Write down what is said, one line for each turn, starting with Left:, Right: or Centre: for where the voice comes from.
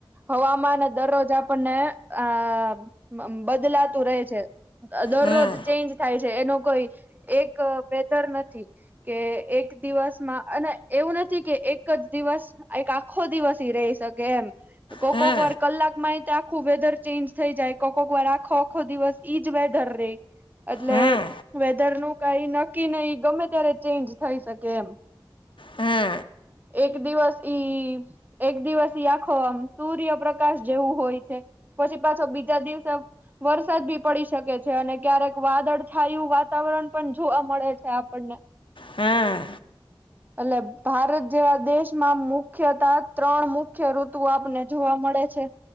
Right: હવામાન દરરોજ આપણને આ બદલાતું રહે છે. દરરોજ
Left: હમ
Right: ચેન્જ થાય છે, એનો કોઈ એક વેધર નથી કે એક એક દિવસમાં અને એવું નથી, કે એક જ દિવસ એક આખો દિવસ રહી શકે એમ કોક
Left: હમ
Right: કોક વાર કલાકમાં એ તો આખું વેધર ચેન્જ થઈ જાય કોક કોક વાર આખો આખો દિવસ ઈ, જ બેધર રે એટલે
Left: હમ
Right: વેધર નું કઈ નક્કી નહી, ગમે ત્યારે ચેન્જ થઈ શકે એમ
Left: હમ
Right: એક દિવસ, ઈ એક દિવસ ઈ આખો સૂર્ય પ્ર્રકાશ જેવું હોય છે. પછી પાછો બીજા દિવસે વરસાદ બી પડી શકે છે, અને ક્યારેક વાદળછાયું વાતાવરણ પણ જોવા મળે છે, આપ પણને
Left: હમ્મ
Right: એટલે ભારત જેવા દેશમાં મુખ્ય ત્રણ મુખ્ય ઋતુ આપને જોવા મળે છે,